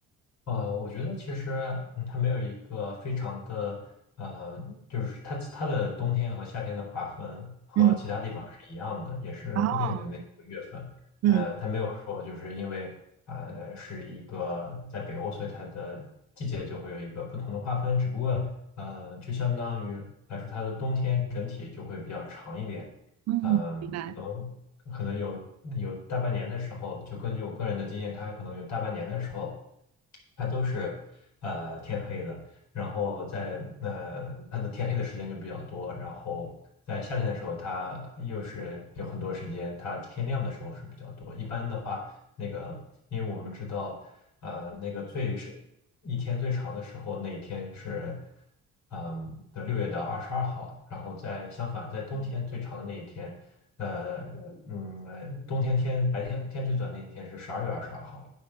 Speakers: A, on the left; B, on the right.
A: 呃，我觉得其实嗯它没有一个非常的呃，就是它它的冬天和夏天的划分和其他地方是一样的，
B: 嗯
A: 也是固定的那几个月份。
B: 哦，嗯
A: 呃，它没有说就是因为呃是一个在北欧，所以它的季节就会有一个不同的划分。只不过呃，就相当于来说，它的冬天整体就会比较长一点。
B: 嗯，
A: 嗯，
B: 明白。
A: 可能。可能有有大半年的时候，就根据我个人的经验，它可能有大半年的时候，它都是呃天黑的，然后在呃它的天黑的时间就比较多，然后在夏天的时候，它又是有很多时间，它天亮的时候是比较多。一般的话，那个因为我们知道，呃，那个最深一天最长的时候，那一天是嗯的六月的二十二号，然后在相反，在冬天最长的那一天，呃嗯，呃冬天天白天天最短那一天是十二月二十二号。